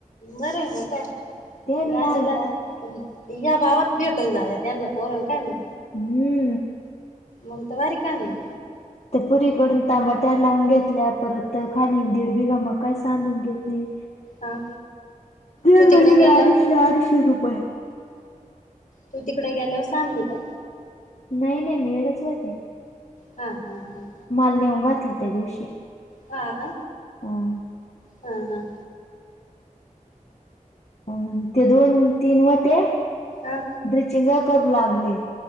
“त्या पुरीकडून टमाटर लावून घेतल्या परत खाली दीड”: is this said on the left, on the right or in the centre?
Left